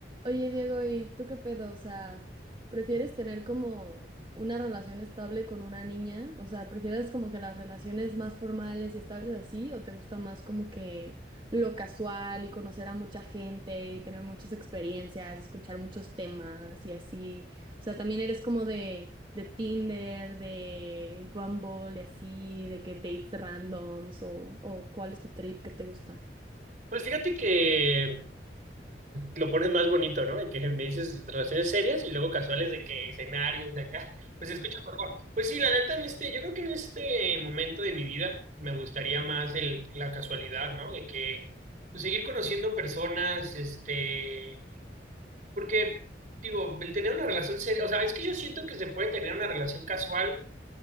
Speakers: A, on the right; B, on the right.
A: Oye, Diego, ¿y tú qué pedo? O sea, ¿prefieres tener como una relación estable con una niña? O sea, ¿prefieres como que las relaciones más formales y estables así? ¿O te gusta más como que lo casual y conocer a mucha gente y tener muchas experiencias, escuchar muchos temas y así? O sea, también eres como de, de Tinder, de Bumble y así, de que dates randoms o, o ¿cuál es tu trip que te gusta?
B: Pues fíjate que lo pones más bonito, ¿no? En que me dices relaciones serias y luego casuales de que escenarios de acá, <laughs> pues se escucha mejor. Pues sí, la neta, en este, yo creo que en este momento de mi vida me gustaría más el, la casualidad, ¿no? De que pues, seguir conociendo personas, este, porque digo, el tener una relación seria, o sea, es que yo siento que se puede tener una relación casual